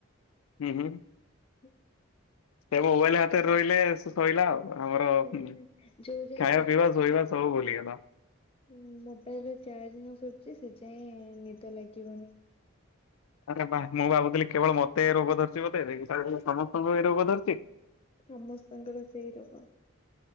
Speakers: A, on the left; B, on the left.
A: ଉଁ, ହୁଁ।
B: ହୁଁ।
A: ତେଣୁ ମୋବାଇଲ୍ ହାତରେ ରହିଲେ ସେ ସଇଲା ଆଉ। ଆମର
B: ନାହିଁ।
A: ହୁଁ,
B: ଯୋଉ ଯାଏ
A: ଖାଇବା ପିଇବା ଶୋଇବା ସବୁ ଭୁଲିଗଲ।
B: ହୁଁ, ମୋବାଇଲ୍ ର ଚାର୍ଜ ନ ସରିଚି ସେ ଯାଏଁ ନିଦ ଲାଗିବନି।
A: ଆରେ ବାଃ ମୁଁ ଭାବୁଥିଲି କେବଳ ମୋତେ ଏ ରୋଗ ଧରିଚି ବୋଦେ। <unintelligible> ସମସ୍ତଙ୍କୁ ଏ ରୋଗ ଧରିଛି।
B: ସମସ୍ତଙ୍କର ସେଇ ରୋଗ।